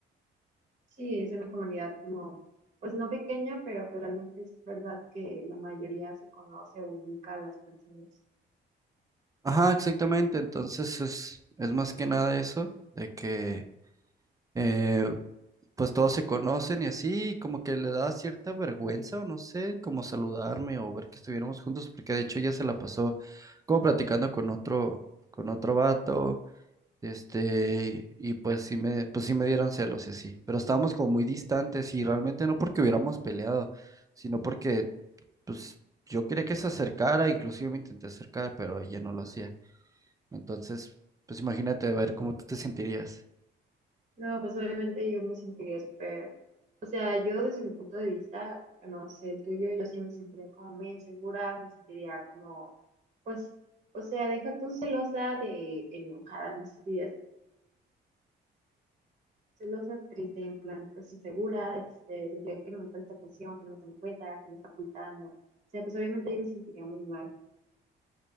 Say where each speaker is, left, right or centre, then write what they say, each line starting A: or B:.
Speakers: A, on the right; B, on the right.
A: Sí, es una comunidad como, pues no pequeña, pero pues realmente es verdad que la mayoría se conoce, ubica a las personas.
B: Ajá, exactamente. Entonces es, es más que nada eso, de que eh, pues todos se conocen y así, como que le da cierta vergüenza o no sé, como saludarme o ver que estuviéramos juntos, porque de hecho ella se la pasó como platicando con otro, con otro vato, este, y pues sí me, pues sí me dieron celos y así, pero estábamos como muy distantes y realmente no porque hubiéramos peleado, sino porque pues yo quería que se acercara, inclusive me intenté acercar, pero ella no lo hacía. Entonces, pues imagínate a ver cómo tú te sentirías.
A: No, pues obviamente yo me sentiría súper, o sea, yo desde mi punto de vista, no sé, el tuyo, yo sí me sentiría como muy insegura, me sentiría como, pues, o sea, deja tú celosa de enojada, me sentiría celosa, triste, en plan, pues insegura, este, sentiría que no me presta atención, que no me toma en cuenta, que me está ocultando, o sea, pues obviamente yo me sentiría muy mal.